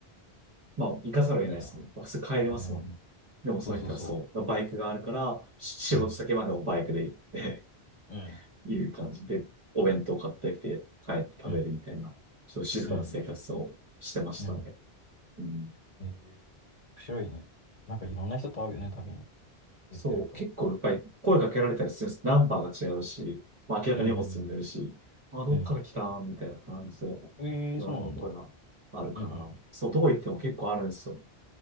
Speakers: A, on the right; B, on the left.
A: まあ、行かざるを得ないですもんね。
B: いいな。
A: 普通帰れますもんね。
B: うん。
A: でもその人はそう、
B: そうそうそ
A: バイクがあるから、し仕事先までもバイクで行って
B: う。うん。うん。
A: いう感じで、お弁当買ってきて帰って食べるみたいな、
B: うん。
A: ちょっと静かな生活をしてましたね。
B: うん。うん。
A: うん
B: えー、面白いね。なんかいろんな人と会うよね、旅に出てると。
A: そう、結構やっぱり声かけられたりするんです。ナンバーが違うし、まあ明らかに荷物積んでるし、
B: うん。うん
A: あ、どっから来たみたいな感じで
B: うん。うん。えー、
A: 言われることがあるから、
B: そうなんだ。うん。うん。
A: そう、どこ行っても結構あるんですよ。